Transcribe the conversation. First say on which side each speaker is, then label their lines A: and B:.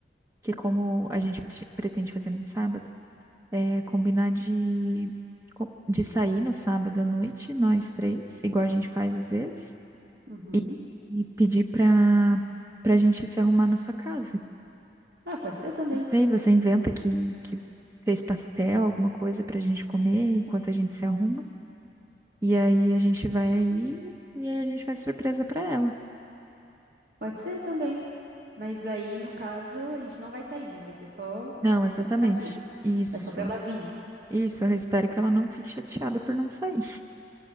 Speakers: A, on the right (about 15°); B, on the right (about 55°).
A: que como a gente prete- pretende fazer num sábado, é combinar de, co- de sair no sábado à noite, nós três, igual a gente faz às vezes,
B: Uhum.
A: e, e pedir pra, pra gente se arrumar na sua casa.
B: Ah, pode ser também.
A: sei, você inventa que, que fez pastel, alguma coisa pra gente comer enquanto a gente se arruma. E aí a gente vai aí e aí a gente faz surpresa pra ela.
B: Pode ser também. Mas aí, no caso, a gente não vai sair, né? Vai ser só
A: Não, exatamente.
B: pra ficar aqui.
A: Isso.
B: É só pra ela vir.
A: Isso, eu espero que ela não fique chateada por não sair. <laughs>